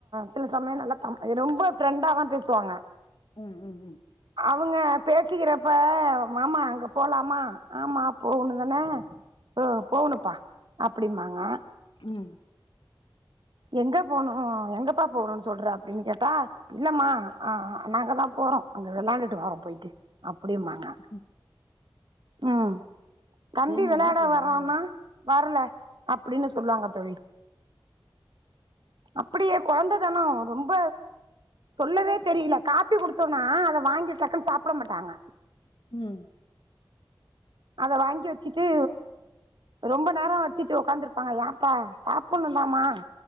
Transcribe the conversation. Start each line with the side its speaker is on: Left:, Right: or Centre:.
Right: சில சமயோ நல்லா அம் ரொம்ப ஃப்ரெண்டா தா பேசுவாங்க
Left: ம் ம் ம்
Right: அவங்க பேசிகிறப்ப மாமா அங்க போலாமா ஆமா போகணு தான அ போண்ணுப்பா அப்டிம்பாங்க
Left: ம்
Right: எங்க போனு எங்கப்பா போகனுனு சொல்ற அப்டின்னு கேட்டா இல்லமா அ நாங்கதா போறோ அங்க விளாண்டுட்டு வரோ போயிட்டு அப்டிம்பாங்க
Left: ம்
Right: ம் தம்பி
Left: மாரி
Right: வெளாட
Left: தான் இப்ப
Right: வரான்னா
Left: எங்க
Right: வர்ல அப்டின்னு சொல்லுவாங்க தோழி அப்டியே கொழந்த தனோ அவ ரொம்ப சொல்லவேத் தெரியல காப்பி குடுத்தோன்னா அத வாங்கி டக்குன்னு சாப்ட மாட்டாங்க
Left: ம்
Right: அத வாங்கி வெச்சுட்டு ரொம்ப நேரோ வெச்சிட்டு ஒக்காந்துருப்பாங்க ஏம்ப்பா சாப்புன்னுதாமா